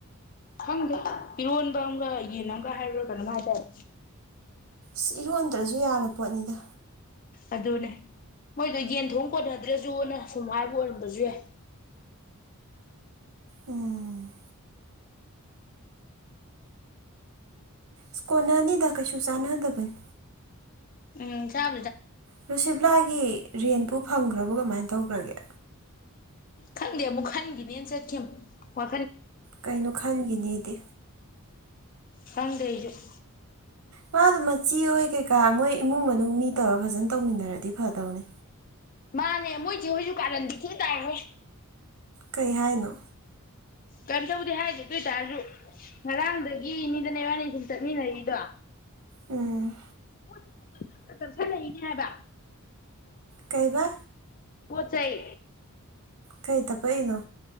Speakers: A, on the left; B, on the right.
A: ꯈꯪꯗ꯭ꯔꯦ ꯏꯔꯣꯟꯕ ꯑꯃꯒ ꯌꯦꯟ ꯑꯃꯒ ꯍꯥꯏꯔꯨꯔꯒ ꯑꯗꯨꯝ ꯍꯥꯏꯇꯥꯔꯦ
B: ꯁ ꯏꯔꯣꯟꯗ꯭ꯔꯁꯨ ꯌꯥꯔꯕ ꯄꯣꯠꯅꯤꯗ
A: ꯑꯗꯨꯅꯦ ꯃꯣꯏꯗꯣ ꯌꯦꯟ ꯊꯣꯡ ꯀꯣꯟꯅꯗ꯭ꯔꯁꯨꯅ ꯁꯨꯝ ꯍꯥꯏꯕ ꯑꯣꯏꯔꯝꯕꯁꯨ ꯌꯥꯏ
B: ꯎꯝ ꯁꯀꯣꯟꯅꯅꯤꯗ ꯀꯩꯁꯨ ꯆꯥꯟꯅꯗꯕꯅꯤ
A: ꯎꯝ ꯆꯥ
B: ꯔꯨꯁꯤꯕ ꯂꯒꯤ ꯔꯦꯟꯄꯨ ꯐꯪꯈ꯭ꯔꯕꯣ ꯀꯃꯥꯏꯅ ꯇꯧꯈ꯭ꯔꯒꯦ
A: ꯈꯪꯗꯦ ꯑꯃꯨꯛ ꯈꯟꯒꯤꯅꯦꯅ ꯆꯠꯈꯤ ꯍ
B: ꯀꯩꯅꯣ ꯈꯟꯈꯤꯅꯦꯗꯤ
A: ꯍꯪꯗ ꯍꯥꯏꯁꯨ
B: ꯃꯥꯗꯨꯣ ꯃꯆꯤ ꯑꯣꯏ ꯀꯩꯀꯥ ꯃꯣꯏ ꯏꯃꯨꯡ ꯃꯅꯨꯡ ꯃꯤ ꯇꯧꯔ ꯐꯖꯅ ꯇꯧꯃꯤꯟꯅꯔꯗꯤ ꯐꯗꯧꯅꯤ
A: ꯃꯥꯅꯦ ꯃꯣꯏꯁꯦ ꯍꫭꯏꯖꯨ ꯀꯥꯔꯟꯗꯤ ꯊꯤ ꯇꯥꯍ‌ꯦ
B: ꯀꯩ ꯍꯥꯏꯅꯣ
A: ꯀꯔꯤꯝ ꯇꯧꯗꯦ ꯍꯥꯏꯗꯤꯦ ꯑꯗꯨ ꯑꯣꯏꯇꯥꯔꯁꯨ ꯉꯔꯥꯡꯗꯒꯤꯅꯤꯗꯅꯦ ꯋꯥꯅꯤ ꯁꯨꯝ ꯆꯠꯃꯤꯟꯅꯔꯤꯗꯣ
B: ꯎꯝ
A: ꯄꯣꯠ ꯆꯩꯖ‌‌ꯦ ꯄꯪꯇꯞ ꯇꯥ ꯇꯞꯁꯟꯂꯛꯏꯅꯦ ꯍꯥꯏꯕ
B: ꯀꯩꯕ
A: ꯄꯣꯠ ꯆꯩꯥꯏ
B: ꯀꯩ ꯇꯄꯛꯏꯅꯣ